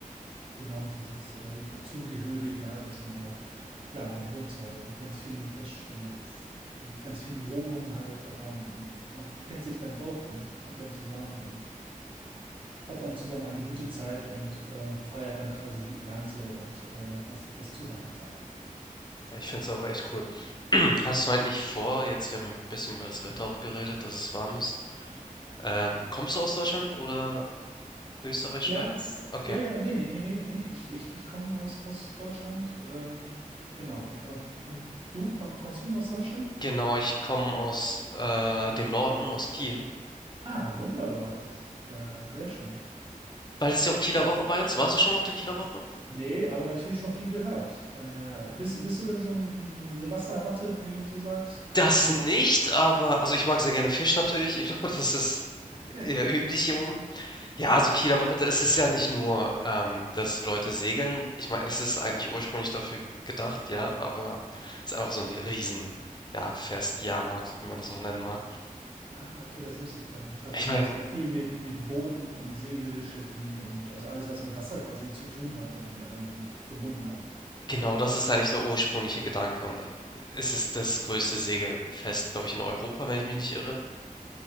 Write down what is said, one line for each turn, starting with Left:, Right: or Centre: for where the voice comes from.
Right: genau dieses äh, Dazugehörige halt, dass man halt, klar, man wohnt zwar in ganz vielen, Versch also in ganz vielen Wohnungen halt, aber man kennt sich dann doch und kommt dann zusammen und hat dann zusammen eine gute Zeit und äh, feiert dann quasi die Ernte und äh, das, das Zusammensein.
Left: Ja, ich finde es auch echt cool. <clears throat> Hast du eigentlich vor jetzt wir haben ein bisschen über das Wetter auch geredet, dass es warm ist. Ähm, kommst du aus Deutschland oder Österreich,
Right: Ja,
Left: Schweiz? Okay.
Right: ja, ja, nee, nee, nee, nee, nee. Ich, ich, ich komme aus, aus Deutschland. Äh, genau. Ähm, und du, komm, kommst du aus Deutschland?
Left: Genau, ich komme aus äh, dem Norden, aus Kiel.
Right: Ah, wunderbar. Äh, sehr schön.
Left: Bald ist ja auch Kieler
Right: Äh,
Left: Woche bei uns. Warst du schon mal auf der Kieler Woche?
Right: Nee, aber natürlich schon viel gehört. Daher, bist, bist du denn so eine Wasserratte, wie man so sagt?
Left: Das
Right: Äh,
Left: nicht, aber also ich mag sehr gerne Fisch natürlich. Ich glaube, das ist
Right: <laughs>
Left: eher üblich hier oben. Ja, also Kieler Woche, da- es ist ja nicht nur, ähm, dass Leute segeln. Ich meine, es ist eigentlich ursprünglich dafür ge- gedacht, ja, aber es ist einfach so ein riesen, ja, Fest, Jahrmarkt, wie man das auch nennen mag.
Right: ah, okay, das wusste ich gar nicht. Ich dachte
Left: Ich
Right: immer,
Left: meine,
Right: das wäre viel mit, mit Booten und Segelschiffen und also alles, was mit Wasser quasi zu tun hat, dann irgendwie verbunden halt.
Left: Genau, das ist eigentlich der ursprüngliche Gedanke und äh, es ist das größte Segelfest, glaube ich, in Europa, wenn ich mich nicht irre.